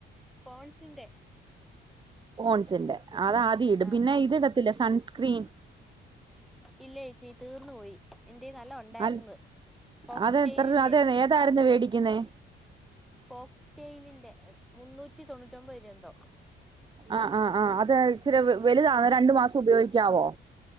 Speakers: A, in the centre; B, on the right (about 25°).
A: പോൺസിന്റെ
B: ഹോൺസിന്റെ അത് ആദ്യം ഇടും
A: ആഹ്
B: പിന്നെ ഇത് ഇടത്തില്ല സൺസ്ക്രീൻ
A: ഇല്ല ചേച്ചി തീർന്നു പോയി എന്റെയിൽ നല്ല ഉണ്ടായിന്ന്
B: അൽ
A: പോക്സ്
B: അത്
A: സ്റ്റെയിലിന്റെ
B: എത്ര രൂ അത് ഏതായിരുന്നു മേടിക്കുന്നേ
A: ഫോക്സ്റ്റെയിലിന്റെ മുന്നൂറ്റി തൊണ്ണൂറ്റൊമ്പത് രൂപ എന്തോ
B: ആ ആ ആ അത് ഇച്ചിരി വലുതാ രണ്ടു മാസം ഉപയോഗിക്കാവോ